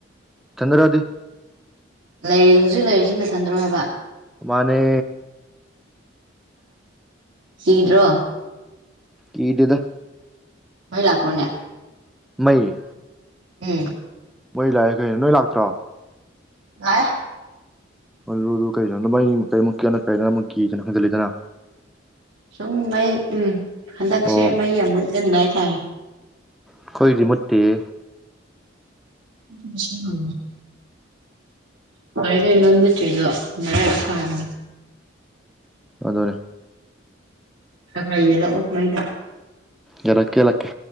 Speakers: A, in the centre; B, on the right.
A: ꯅꯊꯠꯇꯔꯥ ꯍꯥꯏꯗꯤ
B: ꯂꯩꯔꯤ ꯍꯧꯖꯤꯛ ꯂꯩꯔꯤꯁꯤ ꯅꯊꯟꯗ꯭ꯔꯣ ꯍꯥꯏꯕ
A: ꯃꯥꯅꯦ
B: ꯀꯤꯗ꯭ꯔꯣ
A: ꯀꯤꯗꯩꯗꯥ
B: ꯃꯩ ꯂꯥꯛꯄꯔꯥꯅꯦ
A: ꯃꯩ
B: ꯎꯝ
A: ꯃꯩ ꯂꯥꯛꯑꯦ ꯀꯩꯅꯣ ꯅꯣꯏ ꯂꯥꯛꯇ꯭ꯔꫭ
B: ꯂꯥꯛꯑꯦ
A: ꯑꯗꯨꯗꯨ ꯀꯩꯅꯅꯣ ꯅꯃꯩ ꯀꯩꯃꯨꯛꯀꯤꯅ ꯀꯩꯅꯣ ꯑꯃꯨꯛ ꯀꯤꯗꯅ ꯍꯪꯖꯤꯜꯂꯤꯗꯅ
B: ꯁꯨꯝ ꯃꯩ ꯎꯝ ꯍꯟꯗꯛꯁꯦ
A: ꯑꯣ
B: ꯃꯩ ꯌꯥꯝ ꯃꯨꯠꯀꯟꯕ ꯍꯥꯏꯇꯥꯔꯦ
A: ꯑꯩꯈꯣꯏꯗꯤ ꯃꯨꯠꯇꯦꯍꯦ
B: <inaudible> ꯉꯁꯥꯏꯗꯩ ꯃꯩ ꯃꯨꯠꯇꯔꯤꯗꫭ ꯅꯔꯥꯏꯕꯛ ꯐꯔꯥꯕꯅꯩ
A: ꯑꯗꯨꯅꯦ
B: ꯇꯈꯥꯏ ꯌꯦꯜꯂꯛꯑꯣ ꯃꯩꯗ
A: ꯌꯥꯂꯛꯀꯦ ꯌꯂꯛꯀꯦ